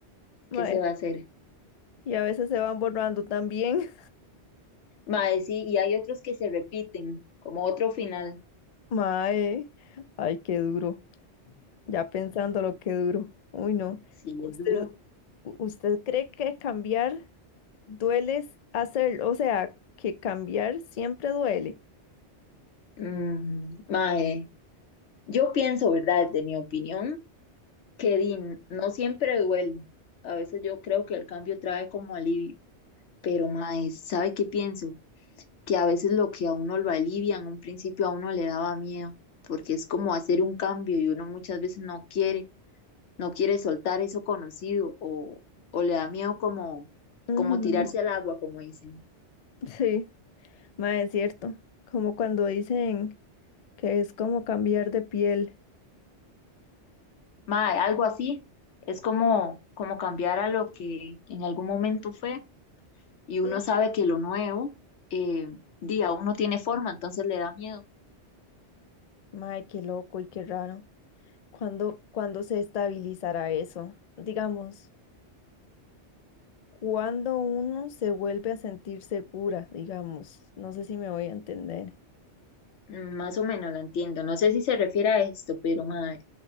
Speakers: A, on the left; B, on the left.
A: mae.
B: ¿qué se va a hacer?
A: Y a veces se van borrando también.
B: Mae, sí, y hay otros que se repiten, como otro final.
A: <laughs> Mae. Ay, qué duro. Ya pensando lo que duro. Uy, no.
B: Sí,
A: ¿Usted,
B: es duro.
A: u- usted cree que cambiar duele s- hacer, o sea, que cambiar siempre duele?
B: Mm, mae, yo pienso, ¿verdad? Desde mi opinión, que di, no siempre duele. A veces yo creo que el cambio trae como alivio, pero mae, ¿sabe qué pienso? Que a veces lo que a uno lo alivia en un principio a uno le daba miedo, porque es como hacer un cambio y uno muchas veces no quiere, no quiere soltar eso conocido o, o le da miedo como,
A: Ujú,
B: como tirarse al agua, como dicen.
A: Sí, mae, es cierto. Como cuando dicen que es como cambiar de piel.
B: Mae, algo así. Es como, como cambiar a lo que en algún momento fue y uno
A: Mm,
B: sabe que lo nuevo, eh, di, aún no tiene forma, entonces le da miedo.
A: Mae, qué loco y qué raro. ¿Cuándo, cuándo se estabilizará eso? Digamos. cuando uno se vuelve a sentir segura, digamos, no sé si me voy a entender.
B: Mm, Más o menos la entiendo. No sé si se refiere a esto, pero mae,